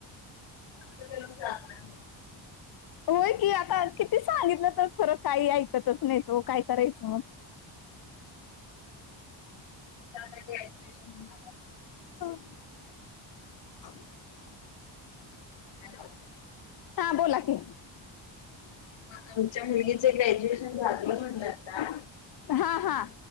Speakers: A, on the left; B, on the left.
A: अस ज <unintelligible>
B: होय की आता किती सांगितलं तर खरं काही ऐकतच नाही त काय करायचं मग
A: ्रेशन <unintelligible>
B: हा <unintelligible> हा <unintelligible>
A: हॅलो,
B: हां बोला की,
A: मग आमच्या मुलगीच ग्रॅज्युएशन झालं म्हणलं आता.
B: हा हा